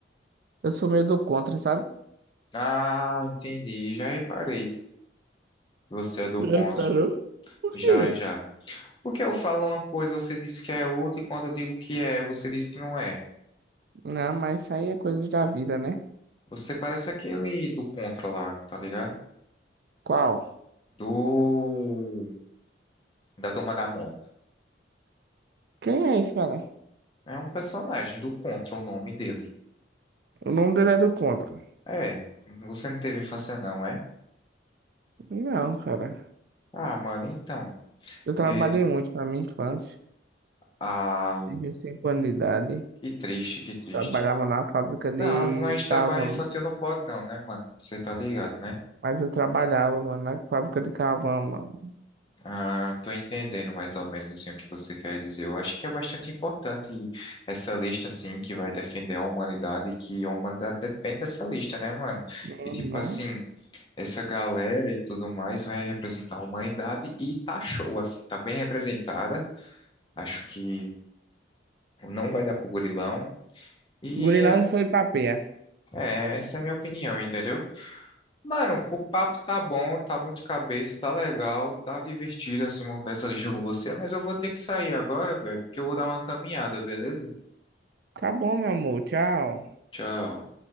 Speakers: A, on the right (about 55°); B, on the left (about 25°).
A: Eu sou meio do contra, sabe?
B: Ah, entendi. Já reparei. Você é do
A: É,
B: contra.
A: pera. Por
B: Já,
A: quê?
B: já. Porque eu falo uma coisa, você diz que é outra, e quando eu digo que é, você diz que não é.
A: Não, mas isso aí é coisas da vida, né?
B: Você parece aquele do Contra lá, tá ligado?
A: Qual?
B: Do... Da Turma da Mônica.
A: Quem é esse, cara?
B: É um personagem do Contra, o nome dele.
A: O nome dele é do contra.
B: É, você não teve infância não, é?
A: Não, cara.
B: Ah, mano, então...
A: Eu trabalhei
B: E...
A: muito na minha infância.
B: Ah,
A: Desde cinco anos de idade.
B: que triste, que triste.
A: Trabalhava na fábrica de
B: Não, mas trabalho
A: carvão.
B: infantil não pode não, né, mano? Você tá ligado, né?
A: Mas eu trabalhava, mano, na fábrica de carvão, mano.
B: Ah, tô entendendo mais ou menos assim o que você quer dizer. Eu acho que é bastante importante essa lista assim que vai defender a humanidade e que a humanidade depende dessa lista, né, mano?
A: Uhum.
B: E tipo assim, essa galera e tudo mais vai representar a humanidade e tá show assim, tá bem representada. Acho que não vai dar pro gorilão e
A: Gurilão foi pra pé.
B: é, essa é a minha opinião, entendeu? Mano, o papo tá bom, tá muito de cabeça, tá legal, tá divertido assim montar essa lista com você, mas eu vou ter que sair agora, velho, porque eu vou dar uma caminhada, beleza?
A: Tá bom, meu amor. Tchau.
B: Tchau.